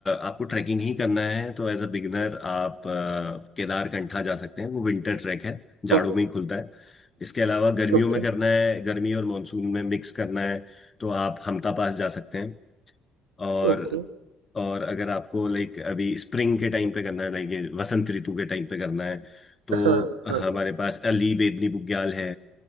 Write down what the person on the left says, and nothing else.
आपको ट्रैकिंग ही करना है तो एज अ बिगिनर आप अ, केदारकंठा जा सकते हैं वो विंटर ट्रैक है जाड़ों
में ही खुलता है इसके अलावा गर्मियों
में करना है गर्मी और मानसून में मिक्स करना है तो आप हमता पास जा सकते हैं और
और अगर आपको लाइक अभी स्प्रिंग के टाइम पे करना है लाइक ये वसंत ऋतु के टाइम पे करना है तो
हमारे पास अली बेदनी बुग्याल है